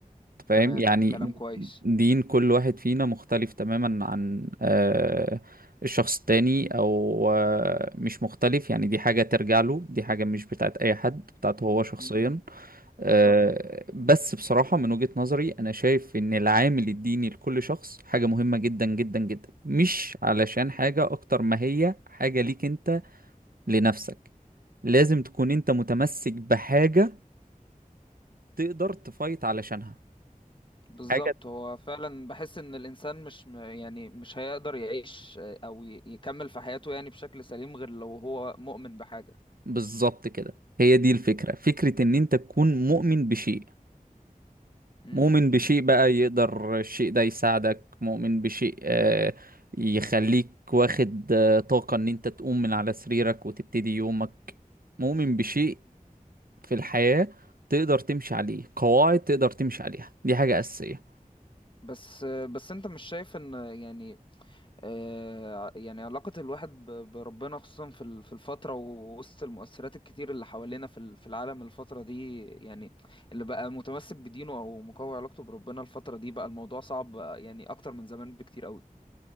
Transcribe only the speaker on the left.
تمام
كلام كويس
مم.
بالظبط
بالظبط
هو فعلا بحس إن الإنسان مش م- يعني مش هيقدر يعيش آه، أو ي- يكمل في حياته يعني بشكل سليم غير لو هو مؤمن بحاجة
مم.
بس آه، بس أنت مش شايف إن يعني آه، يعني علاقة الواحد ب- بربنا خصوصا في ال- في الفترة ووسط المؤثرات الكتير اللي حوالينا في ال- في العالم الفترة دي يعني اللي بقى متمسك بدينه أو مقوي علاقته بربنا الفترة دي بقى الموضوع صعب آه، يعني أكتر من زمان بكتير قوي